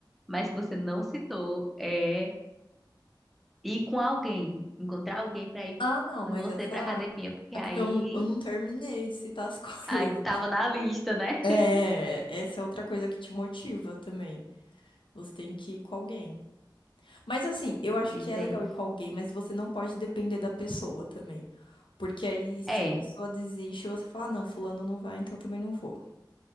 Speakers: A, in the centre; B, on the left.
A: mas que você não citou, é ir com alguém, encontrar alguém pra ir
B: Ah, não,
A: com
B: mas
A: você
B: essa.
A: pra academia, porque
B: É
A: aí
B: porque eu, não- eu não terminei de citar as <laughs> coisas.
A: aí tava na lista, né?
B: É,
A: <laughs>
B: essa é outra coisa que te motiva também. Você tem que ir com alguém. Mas assim, eu acho
A: Pois
B: que é legal
A: é.
B: ir com alguém, mas você não pode depender da pessoa também. Porque aí, se
A: É,
B: a pessoa desiste, você fala, ah, não, fulano não vai, então também não vou.